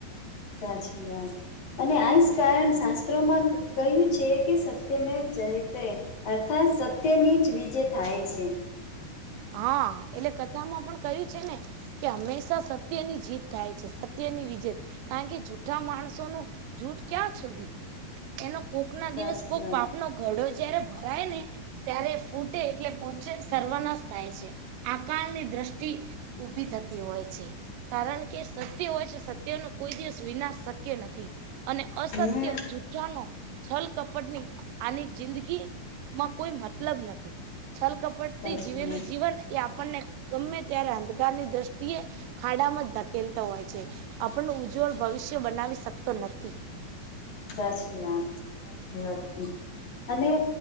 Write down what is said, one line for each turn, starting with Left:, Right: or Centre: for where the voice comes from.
Left: સાચી વાત અને આ જ કારણ શાસ્ત્રોમાં કહ્યું છે કે સત્યમ જયતે અર્થાત સત્યની જ વિજય થાય છે
Right: હા એટલે કથામાં પણ કયું છે ને કે હંમેશા સત્યની જીત થાય છે સત્યની વિજેત કારણ કે જૂઠા માણસોનું જૂઠ ક્યાં સુધી એનો કોક ના
Left: સાચી
Right: દિવસ કોક
Left: વાત
Right: પાપનો ગડો જયારે ભરાય ને ત્યારે ફૂટે એટલે પોચે સર્વનાશ થાય છે આકાલ ની દ્રષ્ટિ ઊભી થતી હોય છે કારણ કે સત્ય હોય છે સત્યનો કોઈ દિવસ વિનાશ શક્ય નથી અને અસત્ય
Left: હમ
Right: જુઠ્ઠાનો છલ કપટની આની જિંદગી માં કોઈ મતલબ નથી છલ કપટ
Left: સાચી
Right: થી જીવેલું
Left: વાત
Right: એ આપણને ગમે ત્યારે અંધકારની દ્રષ્ટિએ ખાડામાં ધકેલતો હોય છે આપણ ઉજ્જવળ ભવિષ્ય બનાવી શકતો નથી
Left: સાચી વાત સાચી વાત અને